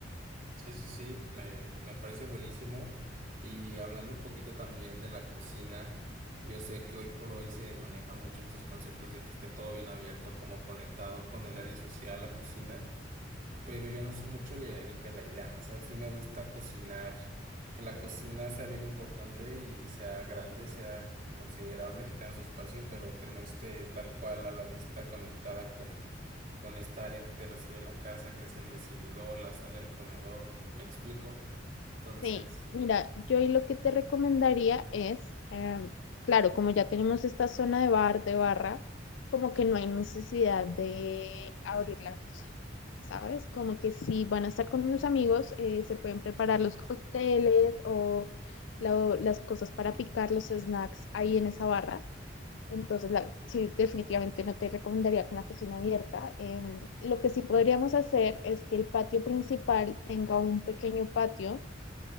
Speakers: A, on the right; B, on the left.
A: Sí, sí, sí, me, me parece buenísimo. Y hablando un poquito también de la cocina, yo sé que hoy por hoy se maneja mucho estos conceptos de que esté todo bien abierto, como conectado con el área social, la cocina pero yo no soy mucho de, de la idea. O sea, sí me gusta cocinar, que la cocina sea bien importante y sea grande, sea considerable, que tenga su espacio, pero que no esté tal cual a la vista conectada con, con esta área que te recibe la casa, que es el recibidor, la sala, el comedor. ¿Me explico? Entonces,
B: Sí, mira, yo y lo que te recomendaría es, em, claro, como ya tenemos esta zona de bar, de barra, como que no hay necesidad de abrir la cocina, ¿sabes? Como que si van a estar con unos amigos, eh, se pueden preparar los cócteles o la- las cosas para picar los snacks ahí en esa barra. Entonces, la- sí, definitivamente no te recomendaría con la cocina abierta. Em, lo que sí podríamos hacer es que el patio principal tenga un pequeño patio